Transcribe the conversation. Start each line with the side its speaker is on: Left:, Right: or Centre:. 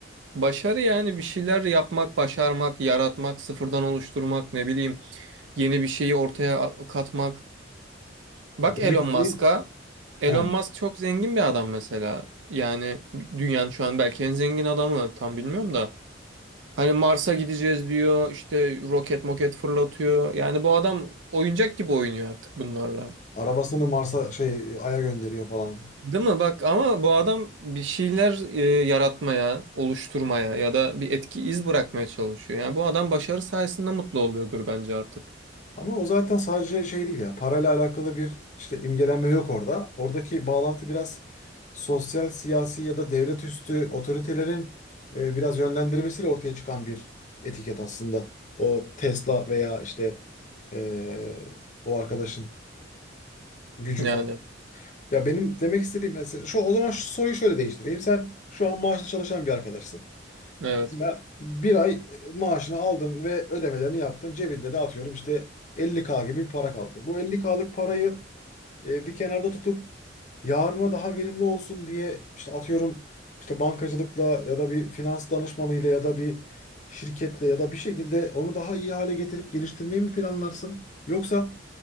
Right: Başarı yani bir şeyler yapmak, başarmak, yaratmak, sıfırdan oluşturmak, ne bileyim yeni bir şeyi ortaya a- katmak. Bak
Left: Demek
Right: Elon
Left: istediğin
Right: Musk'a. Elon
Left: ha,
Right: Musk çok zengin bir adam mesela. Yani dünyanın şu an belki en zengin adamı tam bilmiyorum da. Hani Mars'a gideceğiz diyor, işte roket moket fırlatıyor. Yani bu adam oyuncak gibi oynuyor artık bunlarla.
Left: arabasını Mars'a şey Ay'a gönderiyor falan.
Right: Değil mi? Bak ama bu adam bir şeyler e, yaratmaya, oluşturmaya ya da bir etki iz bırakmaya çalışıyor. Yani bu adam başarı sayesinde mutlu oluyordur bence artık.
Left: Ama o zaten sadece şey değil ya. Parayla alakalı bir işte imgelenme yok orada. Oradaki bağlantı biraz sosyal, siyasi ya da devlet üstü otoritelerin e, biraz yönlendirmesiyle ortaya çıkan bir etiket aslında. O Tesla veya işte e, o arkadaşın gücü
Right: Yani
Left: falan. Ya benim demek istediğim mesela şu o zaman şu soruyu şöyle değiştireyim. Sen şu an maaşlı çalışan bir arkadaşsın.
Right: evet.
Left: Mesela bir ay e, maaşını aldın ve ödemelerini yaptın. Cebinde de atıyorum işte 50K gibi bir para kaldı. Bu 50K'lık parayı e, bir kenarda tutup yarına daha verimli olsun diye işte atıyorum işte bankacılıkla ya da bir finans danışmanıyla ya da bir şirketle ya da bir şekilde onu daha iyi hale getirip geliştirmeyi mi planlarsın? Yoksa